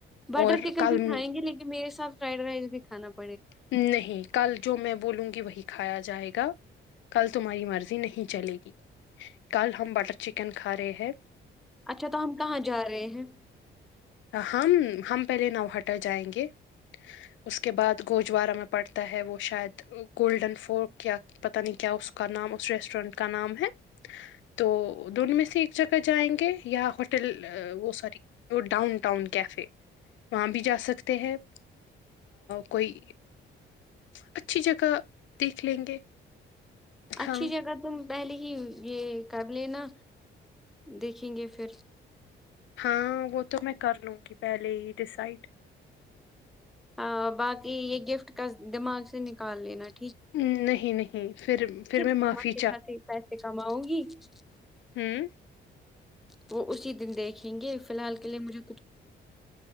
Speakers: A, in the centre; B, on the left (about 70°).
A: بٹر
B: اور
A: چکن
B: کل
A: بھی کھائیں گے لیکن میرے ساتھ فرائڈ رائس بھی کھانا پڑ
B: نہیں کل جو میں بولوں گی وہی کھایا جائے گا کل تمہاری مرضی نہیں چلے گی کل ہم بٹر چکن کھا رہے ہیں
A: اچھا تو ہم کہاں جا رہے ہیں
B: ہم ہم پہلے نوہاٹہ جائیں گے اس کے بعد گوجوارہ میں پڑتا ہے وہ شاید گولڈن فورٹ یا پتہ نہیں کیا اس کا نام اس ریسٹورینٹ کا نام ہے تو دونوں میں سے ایک جگہ جائیں گے یا ہوٹل وہ سوری وہ ڈاؤن ٹاؤن کیفے وہاں بھی جا سکتے ہیں کوئی اچھی جگہ دیکھ لیں گے
A: اچھی
B: ہاں
A: جگہ تم پہلے ہی یہ قبلے نا دیکھیں گے پھر
B: ہاں وہ تو میں کر لوں گی پہلے ہی ڈسائڈ
A: ہاں باقی یہ گفٹ کا دماغ سے نکال لینا ٹھیک
B: نہیں نہیں پھر پھر
A: فر
B: میں معافی
A: اچھیے خاصے پیسے کماؤں گی ج <unintelligible>
B: ہاں
A: وہ اسی دن دیکھیں گے فی الحال کے لیے مجھے کچھ